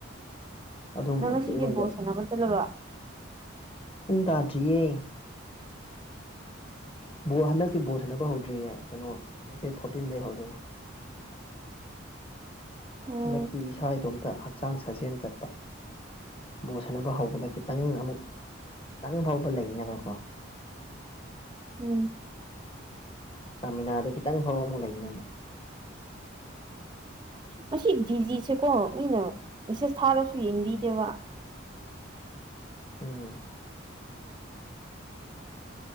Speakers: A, on the left; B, on the right.
A: ꯑꯗꯨꯒꯨꯝꯕꯁ
B: ꯅꯪ ꯉꯁꯤꯗꯤ
A: ꯑꯩꯉꯣꯟꯗ
B: ꯕꯣꯜ ꯁꯥꯟꯅꯕ ꯆꯠꯂꯔꯣꯏ
A: ꯄꯨꯡ ꯇ ꯁꯤꯏ ꯕꯣꯜ ꯍꯟꯗꯛꯀꯤ ꯕꯣ ꯁꯥꯟꯅꯕ ꯍꯧꯗ꯭ꯔꯤꯌꯦ ꯀꯩꯅꯣ ꯗꯦꯠ ꯐꯣꯔꯇꯤꯟꯗꯩ ꯍꯧꯗꯣꯏꯅꯦ
B: <unintelligible> ꯑꯣ
A: ꯍꯟꯗꯛꯇꯤ ꯏꯁꯥ ꯏꯇꯣꯝꯇ ꯍꯛꯆꯥꯡ ꯁꯥꯖꯦꯜ ꯆꯠꯄ ꯕꯣ ꯁꯅꯕ ꯍꯧꯕꯗ ꯈꯤꯇꯪ ꯑꯃꯨꯛ ꯈꯤꯇꯪ ꯐꯥꯎꯕ ꯂꯩꯅꯕꯀꯣ
B: ꯎꯝ
A: ꯏꯁꯇꯥꯃꯤꯅꯥꯗꯨ ꯈꯤꯇꯪ ꯐꯥꯎꯕ ꯑꯃꯨꯛ ꯂꯩꯅ ꯑꯃꯨꯛ
B: ꯃꯁꯤ ꯤꯖꯤꯁꯦ ꯀꯣ ꯏꯅ ꯃꯦꯁꯦꯁ ꯊꯥꯔꯁꯨ ꯌꯦꯡꯕꯤꯗꯦꯕ
A: ꯎꯝ